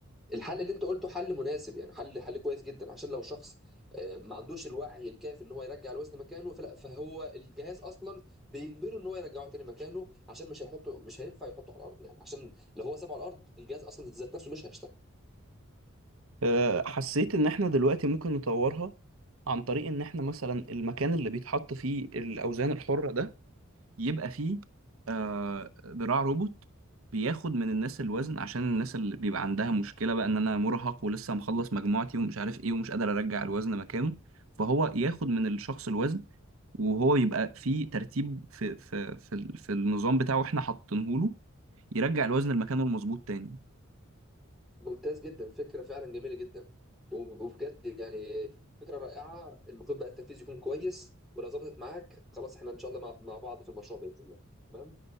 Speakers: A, in the centre; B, on the right.
A: الحل اللي انت قلته حل مناسب يعني حل حل كويس جدا عشان لو شخص آه، ما عندوش الوعي الكافي ان هو يرجع الوزن مكانه فلا فهو الجهاز اصلا بيجبره ان هو يرجعه تاني مكانه عشان مش هيحطه مش هينفع يحطه على الارض يعني عشان لو هو سابه على الارض الجهاز اصلا ذات نفسه مش هيشتغل
B: آه، حسيت إن إحنا دلوقتي ممكن نطورها عن طريق إن إحنا مثلا المكان اللي بيتحط فيه الأوزان الحرة ده يبقى فيه آه، ذراع روبوت بياخد من الناس الوزن عشان الناس اللي بيبقى عندها مشكلة بقى إن أنا مرهق ولسه مخلص مجموعتي ومش عارف إيه ومش قادر أرجع الوزن مكانه فهو ياخد من الشخص الوزن وهو بيبقى في ترتيب في في في, ال- في النظام بتاعه احنا حاطينه له يرجع الوزن لمكانه المظبوط تاني
A: ممتاز جدا فكرة فعلا جميلة جدا وب- وبجد يعني فكرة رائعة المفروض بقى التنفيذ يكون كويس ولو ظبطت معاك خلاص احنا ان شاء الله مع مع بعض في المشروع بإذن الله تمام